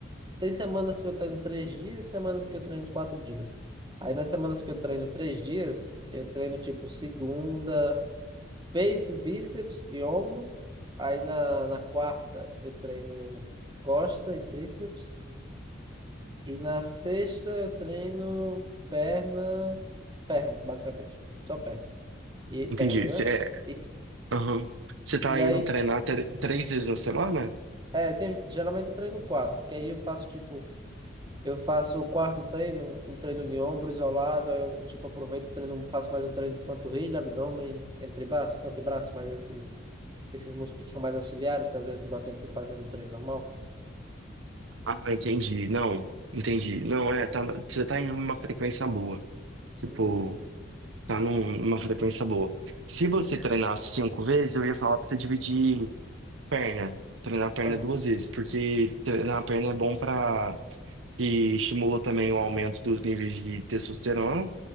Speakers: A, on the right; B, on the right.
A: tem semanas que eu treino 3 dias, semanas que eu treino 4 dias. Aí nas semanas que eu treino 3 dias, eu treino tipo segunda. peito, bíceps e ombro. Aí na, na quarta eu treino costa e tríceps. E na sexta eu treino perna, perna, basicamente. Só perna. E perna,
B: Entendi. Você,
A: né?
B: é,
A: E,
B: aham. Você tá
A: e
B: indo
A: aí,
B: treinar tre- três vezes na semana?
A: é, tem, geralmente eu treino quatro, que aí eu faço tipo, eu faço o quarto treino, um treino de ombro isolado, aí eu tipo aproveito e treino, faço mais um treino de panturrilha, abdômen, antebraço, antebraço, mais esses, esses músculos que são mais auxiliares, que às vezes não dá tempo de fazer no treino normal.
B: Ah, entendi. Não, entendi. Não, é, tá, você tá indo numa frequência boa. Tipo,
A: Uhum.
B: tá num- numa frequência boa. Se você treinar cinco vezes, eu ia falar pra você dividir perna. Treinar a perna
A: Ah,
B: duas vezes, porque treinar a perna é bom pra que estimula também o aumento dos níveis de testosterona